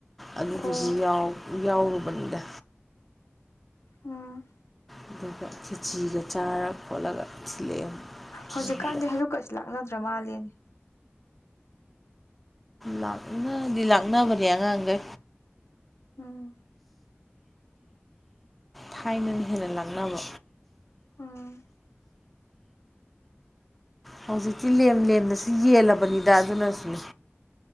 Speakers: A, in the centre; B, on the left (about 85°).
A: ꯑꯗꯨꯗꯨꯁꯨ
B: ꯑꯣ
A: ꯌꯥꯎꯔꯨꯕꯅꯤꯗ
B: ꯎꯝ
A: ꯑꯗꯨꯒ ꯈꯦꯆꯤꯒ ꯆꯥꯔ ꯈꯣꯠꯂꯒ ꯊꯤꯜꯂꯛꯑꯦ
B: ꯍꯧꯖꯤꯛꯀꯥꯟꯗꯤ
A: ꯌꯨꯝꯗ
B: ꯍꯌꯛꯀꯁꯤ ꯂꯥꯛꯅꯗ꯭ꯔ ꯃꯥꯜꯂꯦꯅꯦ
A: ꯂꯥꯛꯅꯗꯤ ꯂꯥꯛꯅꯕꯅꯤ ꯌꯥꯉ ꯑꯒ
B: ꯎꯝ
A: ꯇꯥꯏꯃꯦꯟ ꯍ ꯂꯪꯅꯅꯕꯣ
B: ꯎꯝ
A: ꯍꯧꯖꯤꯛꯇꯤ ꯂꯦꯝ ꯂꯦꯝꯅꯁꯨ ꯌꯦꯜꯂꯕꯅꯤꯗ ꯑꯗꯨꯅꯁꯨꯅꯦ